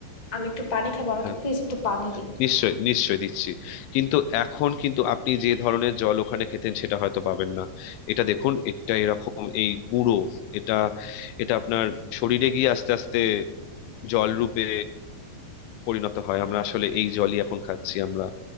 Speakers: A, on the left (about 15°); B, on the left (about 80°).
A: আমি একটু পানি খাবো আমাকে
B: হ্যাঁ
A: প্লিজ একটু পানি দিন
B: নিশ্চয়ই নিশ্চয়ই দিচ্ছি কিন্তু এখন কিন্তু আপনি যে ধরনের জল ওখানে খেতেন সেটা হয়তো পাবেন না এটা দেখুন এটা এরকম এই গুঁড়ো এটা এটা আপনার শরীরে গিয়ে আস্তে আস্তে জল রূপে পরিণত হয় আমরা আসলে এই জলই এখন খাচ্ছি আমরা